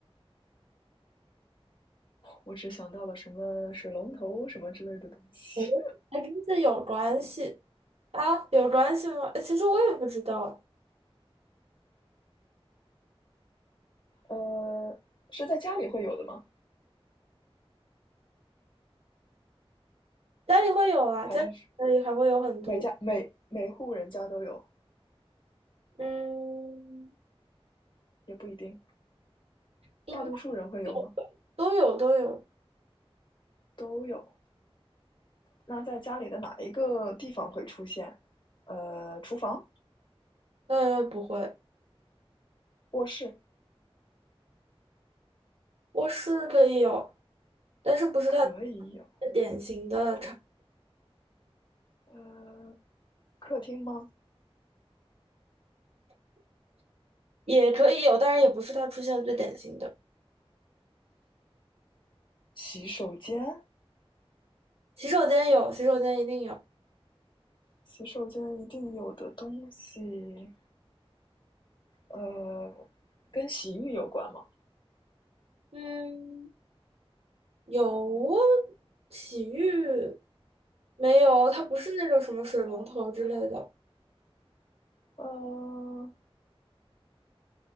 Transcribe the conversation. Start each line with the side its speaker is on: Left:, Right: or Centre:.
Left: 我只想到了什么水龙头什么之类的东西。
Right: 哦，还真是有关系啊？有关系吗？呃其实我也不知道，
Left: 呃，是在家里会有的吗？
Right: 家里会有啊，
Left: 还是
Right: 在家里还会有很多。
Left: 每家每每户人家都有？
Right: 嗯，
Left: 也不一定，
Right: 应该
Left: 大多数人会有吗？
Right: 有，都有都有。
Left: 都有。那在家里的哪一个地方会出现？呃，厨房、
Right: 呃，不会，
Left: 卧室
Right: 卧室可以有，但是不是它
Left: 可以有，
Right: 最典型的场，
Left: 不，呃，客厅吗？
Right: 也可以有，但是也不是它出现最典型的。
Left: 洗手间，
Right: 洗手间有，洗手间一定有。
Left: 洗手间一定有的东西，呃，跟洗浴有关吗？
Right: 嗯。有洗浴没有？它不是那种什么水龙头之类的
Left: 呃，